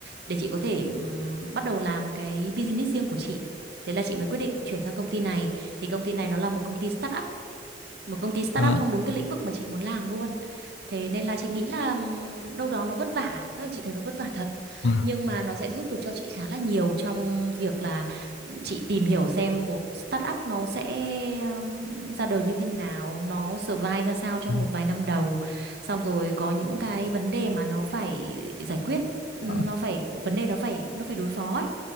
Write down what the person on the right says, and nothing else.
để chị có thể ừm, bắt đầu làm cái business riêng của chị. Thế là chị mới quyết định chuyển sang công ty này. Thì công ty này nó là một công ty startup một công ty startup
trong đúng cái lĩnh vực mà chị muốn làm luôn thế nên là chị nghĩ là ừm, đâu đó nó vất vả tức là chị thấy nó vất vả thật
nhưng mà nó sẽ giúp được cho chị khá là nhiều trong việc là chị tìm hiểu xem một startup nó sẽ ừm, ra đời như thế nào nó survive ra sao trong
một vài năm đầu xong rồi có những cái vấn đề mà nó phải giải quyết nó
phải vấn đề nó phải nó phải đối phó ấy